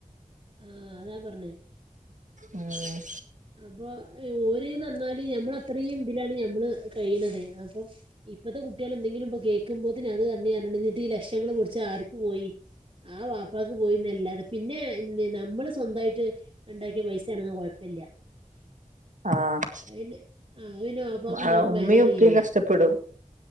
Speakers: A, on the right; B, on the right.
A: ആ അതാ പർഞ്ഞേ
B: ആഹ്
A: അപ്പോ ഓല് ന്നർഞ്ഞാല് ഞമ്മള അത്രയും ഇതിലാണ് ഞമ്മള് കഴിയണത് അപ്പോ ഇപ്പഴത്തെ കുട്ടികൾ എന്തെങ്കിലും ഇപ്പൊ കേൾക്കുമ്പോത്തിന് അത് ന്നർഞ്ഞ് ന്നട്ട് ഈ ലക്ഷങ്ങള് പൊടിച്ച ആർക്ക് പോയി ആ വാപ്പാക്ക് പോയിന്നല്ലാതെ പിന്നെ നമ്മള് സ്വന്തായിട്ട് ഇണ്ടാക്കിയ പൈസ ആണെങ്കി കൊഴപ്പല്ല.
B: ആഹ്
A: അയ്ന് ആ <unintelligible> വാപ്പാക്കും ഇമ്മാക്കും
B: ആഹ് ഉമ്മയും
A: ബേജാറില്ലല്ല.
B: ഉപ്പയും കഷ്ടപ്പെടും